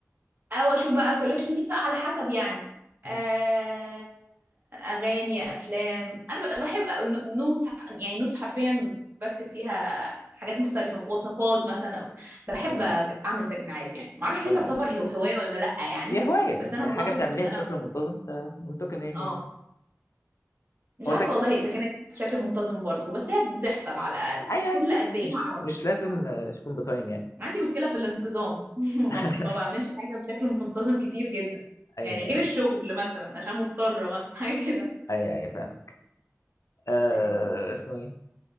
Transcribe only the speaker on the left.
مهم.
تمام
تمام
هي هواية
أنت
حاجة بتعمليها
بشكل منتظم فمنطقي إن هي
هواية
هو
تك...
أيوه
أيوه بس
مش
مش لازم
آه، تكون بتايم يعني
<laughs>
أيوه
أيوه أيوه فاهم أه...
اسمه إيه